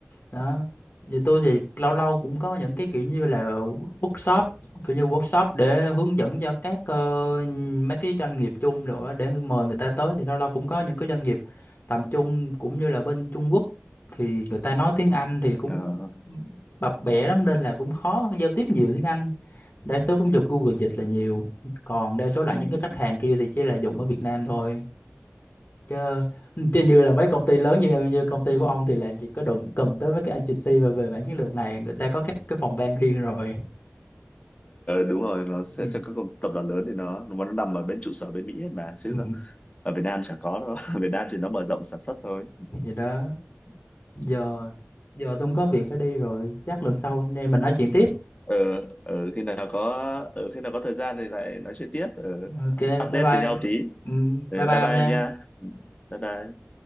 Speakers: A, on the left; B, on the left.
A: đó vậy tôi thì lâu lâu cũng có những cái kiểu như là workshop kiểu như workshop để hướng dẫn cho các ờ, mấy cái doanh nghiệp chung rồi á, để mời người ta tới thì lâu lâu cũng có những cái doanh nghiệp tầm trung cũng như là bên Trung Quốc thì người ta nói tiếng Anh thì cũng
B: Ờ,
A: bập bẹ lắm nên là cũng khó giao tiếp nhiều tiếng Anh đa số cũng dùng Google dịch là nhiều còn đa số lại
B: ừ.
A: những cái khách
B: <laughs>
A: hàng kia thì chỉ là dùng ở Việt Nam thôi chứ chứ như là mấy công ty lớn như như công ty của ông thì làm gì có đụng cần tới mấy cái agency mà về mảng chiến lược này người ta có các cái phòng ban riêng rồi
B: đúng rồi nó sẽ
A: thì,
B: cho các công- tập đoàn lớn thì nó nó nằm ở bên trụ sở bên Mỹ hết mà chứ
A: Ừ.
B: nó ở Việt Nam chẳng có đâu <laughs> ở Việt Nam thì nó mở rộng sản xuất thôi
A: thì đó giờ giờ tôi cũng có việc phải đi rồi chắc lần sau anh em mình nói chuyện tiếp
B: ờ ừ, khi nào có ừ, khi nào có thời gian thì lại nói chuyện tiếp ừ.
A: ok
B: update
A: bye bye
B: với nhau tí
A: ừ,
B: ừ,
A: bye bye
B: bye
A: ông
B: bye em
A: nha
B: nha Ừ, bye bye